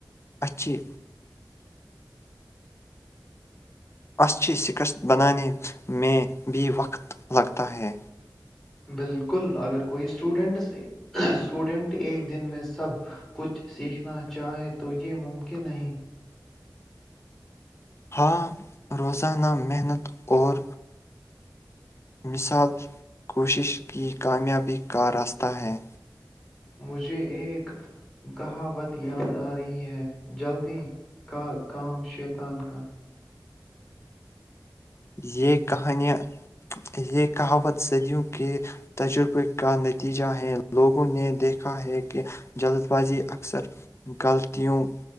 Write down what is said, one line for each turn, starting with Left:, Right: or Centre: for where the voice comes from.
Left: اچھی اچھی شکست بنانے میں بھی وقت لگتا ہے
Centre: بالکل اگر کوئی اسٹوڈینٹ اسٹوڈینٹ ایک دن میں سب کچھ سیکھنا چاہے تو یہ ممکن نہیں
Left: ہاں روزانہ محنت اور مثال کوشش کی کامیابی کا راستہ ہے
Centre: مجھے ایک کہاوت یاد آ رہی ہے جلدی کا کام شیتان کا
Left: یہ کہانیاں یہ کہاوت صدیوں کے تجربے کا نتیجہ ہے لوگوں نے دیکھا ہے کہ جلد بازی اکثر غلطیوں